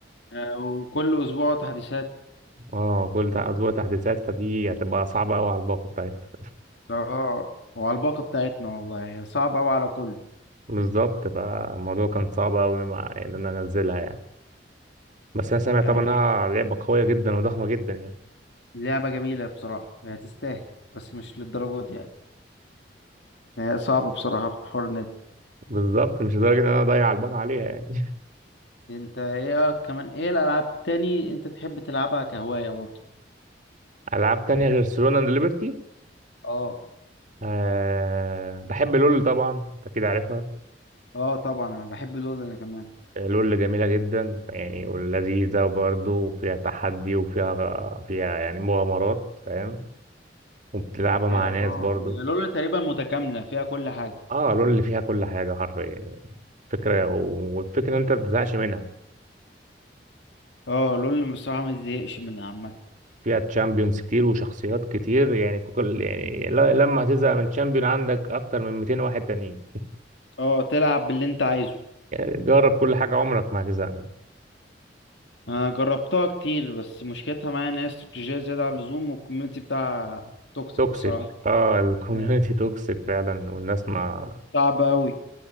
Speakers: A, on the left (about 75°); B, on the right (about 45°).
A: آه، وكل اسبوع تحديثات
B: اه كل تع- اسبوع تحديثات فدي هتبقى صعبه قوي على الباقه بتاعتنا
A: اه وعلى الباقة بتاعتنا والله صعب قوي على كله
B: بالظبط فالموضوع كان صعب قوي ان انا انزلها يعني بس انا سامع
A: يعني
B: طبعا انها لعبه قويه جدا وضخمه جدا يعني
A: لعبة جميلة بصراحة هي تستاهل بس مش للدرجة دي يعني هي صعبة بصراحة في حوار النت
B: بالظبط مش لدرجه ان انا اضيع الباقه عليها يعني
A: انت ايه كمان ايه الألعاب تاني انت تحب تلعبها كهواية برضه
B: <laughs> العاب تانية غير سولونا اند ليبرتي
A: اه
B: أه بحب لول طبعا انت كده عارفها
A: اه طبعا انا بحب لول انا كمان
B: آه، لول جميله جدا يعني ولذيذه برضه وفيها تحدي وفيها فيها يعني مغامرات فاهم وبتلعبها مع
A: هي
B: ناس
A: اه
B: برضه
A: هي لول تقريبا متكاملة فيها كل حاجة
B: اه لول اللي فيها كل حاجه حرفيا يعني فكرة والفكرة إن أنت ما بتزهقش منها
A: اه لول بصراحة ما تزهقش منها عامة
B: فيها تشامبيونز كتير وشخصيات كتير يعني كل يعني لا- لما هتزهق من تشامبيون عندك أكتر من 200 واحد تانيين
A: اه تلعب باللي انت عايزه
B: يعني جرب كل حاجة عمرك ما هتزهق منها
A: انا جربتها كتير بس مشكلتها معايا ان هي استراتيجية زيادة عن اللزوم والكوميونتي بتاعها توكسيك
B: توكسيك
A: بصراحة
B: اه الكوميونتي
A: اه
B: توكسيك فعلا والناس ما
A: صعب أوي